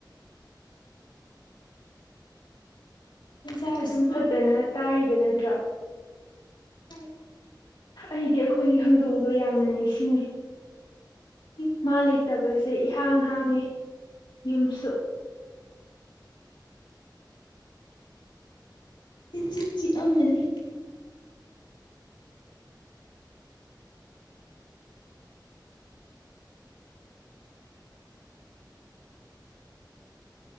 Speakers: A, on the left; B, on the left.
A: ꯇꯟꯖꯥꯁꯨ
B: ꯑꯗꯨꯝ ꯐꯖꯅ ꯇꯥꯔꯤꯕ ꯅꯠꯇ꯭ꯔꯣ
A: ꯎꯝ
B: ꯑꯩꯗꯤ ꯑꯩꯈꯣꯏꯒꯤ ꯍꯧꯪꯗꯣꯡꯗꯣ ꯌꯥꯝꯅ ꯅꯤꯡꯁꯤꯡꯉꯤ
A: ꯑꯩꯈꯣꯏꯒꯤ
B: ꯃꯥ ꯂꯩꯇꯕꯁꯦ ꯏꯍꯥꯡ
A: ꯌꯥꯝ ꯅꯤꯡꯁꯤꯡꯉꯤ
B: ꯍꯥꯡꯉꯦ ꯌꯨꯝꯁꯨ
A: ꯏꯆꯤꯆꯤ ꯑꯃꯅꯤ